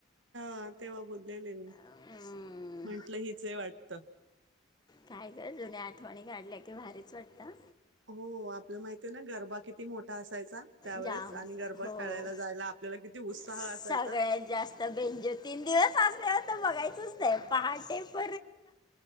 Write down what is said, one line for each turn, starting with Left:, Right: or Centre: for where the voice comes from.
Right: हा तेव्हा बोललेले मी
Left: हम्म.
Right: म्हंटल हिच वाटत
Left: काय कर जुन्या आठवणी काढल्या की भारीच वाटतं
Right: हो आपलं माहित आहे ना गरबा किती मोठा असायचा त्यावेेळेस
Left: जाम
Right: आणि गरबाात
Left: हो
Right: खेळायला जायला आपल्याला किती उत्साह
Left: सगळ्यात
Right: असायचा
Left: जास्त बेंजो तीन दिवस असल्यावर तर बघायचच नाही पहाटे प